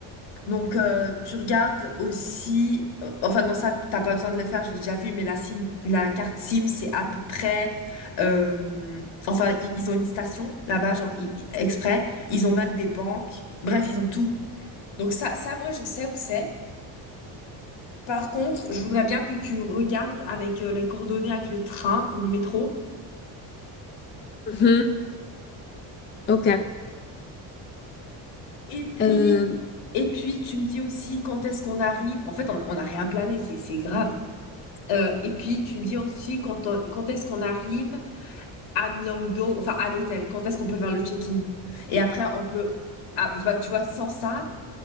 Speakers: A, on the left (about 70°); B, on the left (about 25°).
A: Donc, euh, tu regardes aussi. euh, enfin, non, ça, t'as pas besoin de le faire. Je l'ai déjà vu, mais la SIM, la carte SIM, c'est à peu près. euh, enfin, i- ils ont une station là-bas, genre i- exprès. Ils ont même des banques. Bref, ils ont tout. Donc ça, ça, moi, je sais où c'est. Par contre, je voudrais bien que tu me regardes avec euh, les coordonnées avec le train ou le métro.
B: Mhm. Ok.
A: Et puis,
B: Euh,
A: et puis tu me dis aussi quand est-ce qu'on arrive. En fait, on on n'a rien plané, c'est c'est grave. Euh, et puis tu me dis aussi quand, on- quand est-ce qu'on arrive à Myeongdong, enfin à l'hôtel. Quand est-ce qu'on peut faire le check-in. Et après, on peut, ah, enfin, tu vois, sans ça,